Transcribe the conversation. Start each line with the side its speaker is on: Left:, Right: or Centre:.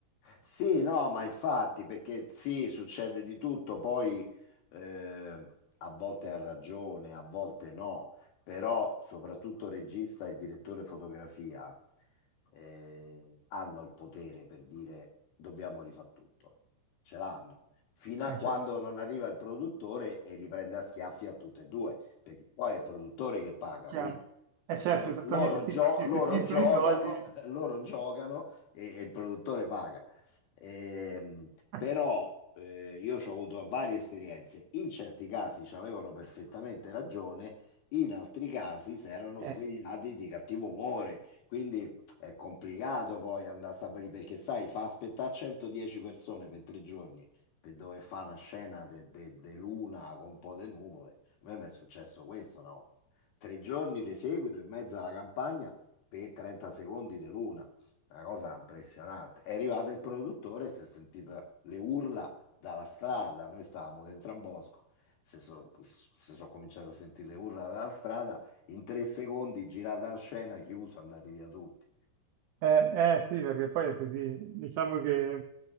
Left: Sì, no, ma infatti, perché sì, succede di tutto, poi eh, a volte ha ragione, a volte no, però soprattutto regista e direttore fotografia eh, hanno il potere per dire dobbiamo rifare tutto, ce l'hanno, fino a
Right: Eh,
Left: quando
Right: certo,
Left: non arriva il produttore e li prende a schiaffi a tutte e due, perché poi è il produttore che paga,
Right: chiaro.
Left: quindi
Right: Eh,
Left: eh,
Right: certo,
Left: lo-
Right: esattamente,
Left: loro
Right: sì,
Left: gio-
Right: perché
Left: loro
Right: se finiscono
Left: giocano,
Right: i soldi...
Left: <laughs> loro giocano e e il produttore paga. Ehm,
Right: <laughs>
Left: però eh, io ci ho avuto varie esperienze. In certi casi ci avevano perfettamente ragione, in altri casi si erano
Right: Eh,
Left: svegliati di cattivo umore. Quindi è complicato poi andare a stabilire perché, sai, fa aspettare 110 persone per tre giorni per dove fa una scena di luna con un po' di nuvole. A me mi è successo questo, no? Tre giorni di seguito in mezzo alla campagna per 30 secondi di luna. Una cosa impressionante. È arrivato il produttore e si è sentita le urla dalla strada. Noi stavamo dentro a un bosco. Si sono cominciato a sentire le urla dalla strada. In tre secondi, girata la scena, chiuso, andati via tutti.
Right: Eh, eh, sì, perché poi è così. Diciamo che,